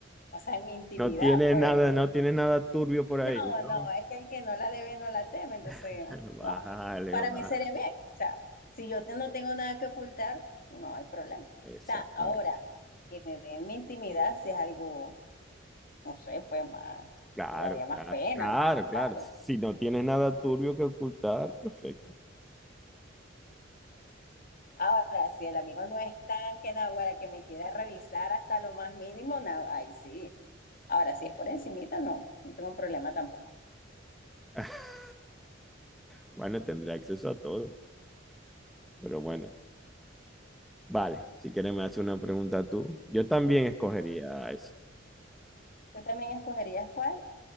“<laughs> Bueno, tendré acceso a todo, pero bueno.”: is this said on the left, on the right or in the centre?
Centre